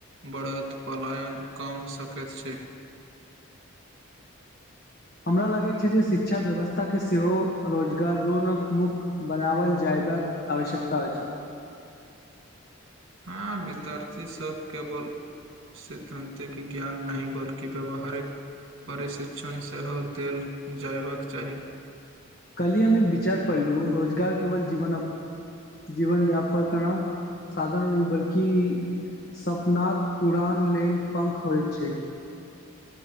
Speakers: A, on the right; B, on the left.
A: बढ़त पलायन कम सकैत छै
B: <inaudible> हमरा लगैत छै जे शिक्षा व्यवस्था के सेहो रोजगारोनक मुख्य बनाओल जाय बाक आवश्यकता होइ छै
A: हँ विद्यार्थी सब केवल सिद्धांतिक ज्ञान नहि बल्कि व्यवहारिक प्ररिशिक्षण सेहो देल जयबाक चाही
B: कलही हम एक विचार पढ़लू रोजगार केवल जीवन जीवन यापन केना साधन नहि बल्कि सपनाक उड़ान लेल पंख होइत छै <inaudible>